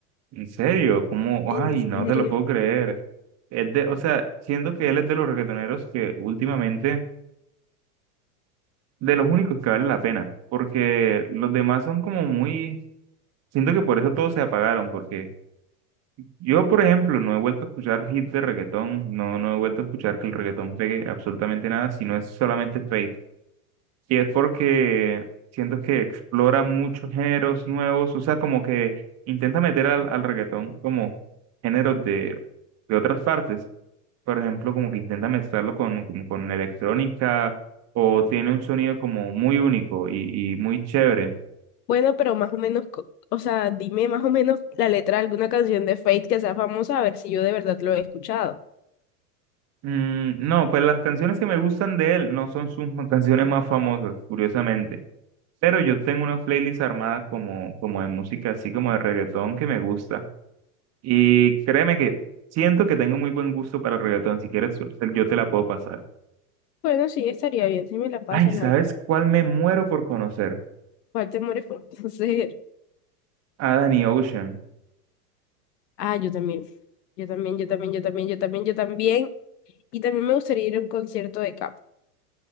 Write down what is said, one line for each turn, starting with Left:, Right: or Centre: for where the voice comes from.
Right: En serio, ¿cómo?
Left: En
Right: Ay,
Left: serio.
Right: no te lo puedo creer. Es de, o sea, siento que él es de los reggaetoneros que últimamente, de los únicos que vale la pena, porque los demás son como muy, siento que por eso todos se apagaron, porque yo, por ejemplo, no he vuelto a escuchar hits de reggaetón, no, no he vuelto a escuchar que el reggaetón pegue absolutamente nada, sino es solamente Fate. Y es porque siento que explora muchos géneros nuevos, o sea, como que intenta meter al, al reggaetón como géneros de, de otras partes. por ejemplo, como que intenta mezclarlo con, como con electrónica o tiene un sonido como muy único y, y muy chévere.
Left: Bueno, pero más o menos, co- o sea, dime más o menos la letra de alguna canción de Fate que sea famosa, a ver si yo de verdad lo he escuchado.
Right: Mm, no, pues las canciones que me gustan de él no son sus ma- <laughs> canciones más famosas, curiosamente, pero yo tengo una playlist armada como, como de música, así como de reggaetón que me gusta y créeme que siento que tengo muy buen gusto para el reggaetón, si quieres te- yo te la puedo pasar.
Left: Bueno, sí, estaría bien si me la pasan,
Right: Ay, ¿sabes
Left: la verdad.
Right: cuál me muero por conocer?
Left: ¿Cuál te mueres por <laughs> conocer?
Right: A Danny Ocean.
Left: Ah, yo también. Yo también, yo también, yo también, yo también, yo también. Y también me gustaría ir a un concierto de Cap.